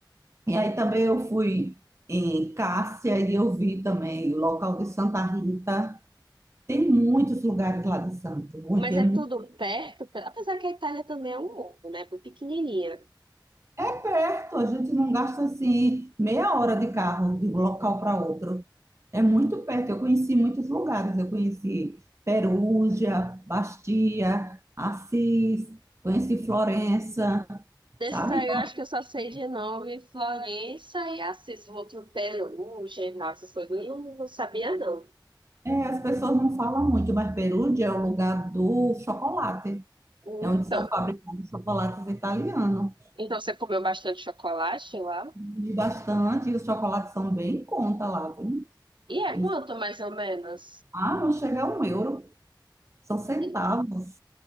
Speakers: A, on the right; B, on the right.
A: E aí também eu fui em Cássia e eu vi também o local de Santa Rita. Tem muitos lugares lá de Santo, muito,
B: Mas
A: é
B: é
A: muito
B: tudo perto, apesar que a Itália também é um mundo, né? Bem pequenininha.
A: É perto, a gente não gasta assim meia hora de carro de um local para outro. É muito perto. Eu conheci muitos lugares. Eu conheci Perugia, Bastia, Assis, conheci Florença,
B: Desses
A: sabe?
B: aí,
A: Então,
B: eu acho que eu só sei de nome Florença e Assis, o outro Perugia e tal, essas coisas. Eu não, não sabia, não.
A: é, as pessoas não falam muito, mas Perugia é o lugar do chocolate.
B: Hum,
A: É onde
B: Então,
A: são fabricados chocolates italianos.
B: então você comeu bastante chocolate lá?
A: E bastante, e os chocolates são bem em conta lá, viu?
B: E é
A: Eles,
B: quanto, mais ou menos?
A: ah, não chega a um euro, são centavos.
B: Hum,